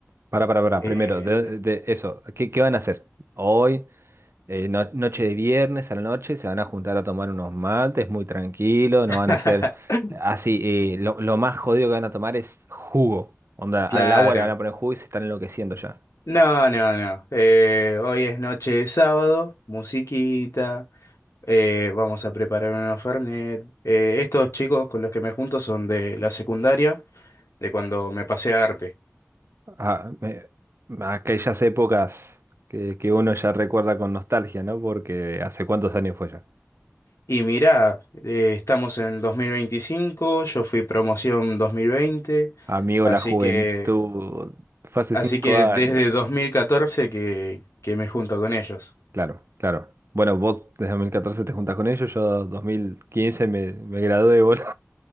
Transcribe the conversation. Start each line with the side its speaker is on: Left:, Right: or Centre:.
Right: Para, para, para,
Left: eh,
Right: primero, de,
Left: de-
Right: de eso, ¿qué, qué van a hacer? ¿Hoy? eh, no- noche de viernes a la noche se van a juntar a tomar unos mates muy tranquilo, no
Left: <laughs>
Right: van a hacer así, eh, lo, lo más jodido que van a tomar es jugo. Onda, al
Left: Claro.
Right: agua le van a poner jugo y se están enloqueciendo ya.
Left: No, no, no. Eh, hoy es noche de sábado, musiquita. eh, vamos a preparar unos Fernet. Eh, estos chicos con los que me junto son de la secundaria. de cuando me pasé a arte.
Right: Ah, me- aquellas épocas que, que uno ya recuerda con nostalgia, ¿no? Porque hace cuántos años fue ya.
Left: Y mirá, eh, estamos en dos mil veinticinco yo fui promoción dos mil veinte
Right: Amigo,
Left: así
Right: la juventud,
Left: que,
Right: fue hace
Left: así
Right: cinco
Left: que
Right: años.
Left: desde 2014 que, que me junto con ellos.
Right: Claro, claro. Bueno, vos desde 2014 te juntas con ellos, yo 2015 me, me gradué, boludo.